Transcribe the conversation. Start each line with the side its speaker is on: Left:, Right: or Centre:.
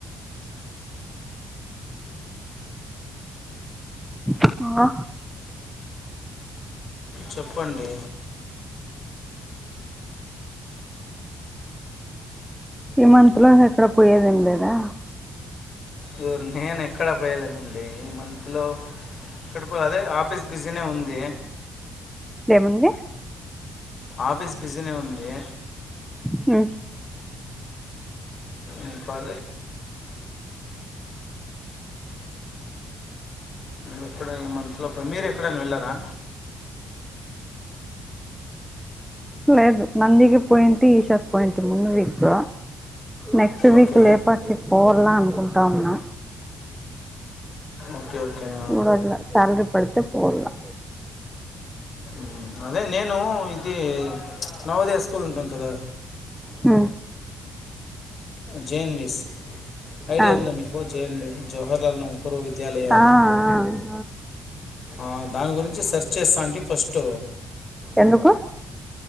Centre: ఆ
Left: చెప్పండి
Centre: ఈ మంత్ లో ఎక్కడ పోయేదేం లేదా
Left: ఎవరు నేనెక్కడా పోయేద్ లేదండి ఈ మంత్లో ఎక్కడ పో అదే ఆఫీస్ బిజీనే ఉంది
Centre: ఉంది
Left: ఆఫీస్ బిజీనే ఉంది
Centre: మ్
Left: ఇంకది ఎక్కడ ఈ మంత్లో పోయి మీరెక్కడైనా వెళ్ళారా
Centre: లేదు నందికి పోయింటి ఈషాకి పోయింటి ముందు వీక్ నెక్స్ట్ వీక్
Left: ఓకే
Centre: లేపాక్షికి పోవలా అనుకుం త్తాన్నా
Left: ఓకే ఓకే ఆ.
Centre: చూడదుల సాలరి పడితే పోడలా
Left: మ్ అదే నేను ఇది నవోదయ స్కూల్ ఉంటుం కదా
Centre: ఉ
Left: జె యెన్ వి స్ ఐడియా
Centre: ఆ
Left: ఉందా మీకు జే ఎన్ వి జహర్లాల్ నెహ్ హ్రు విద్యాలయాన్ని
Centre: ఆ ఆ ఆ
Left: ఆ దాని గురించి సెర్చ్ చేస్తా అంటే ఫస్ట్
Centre: ఎందుకు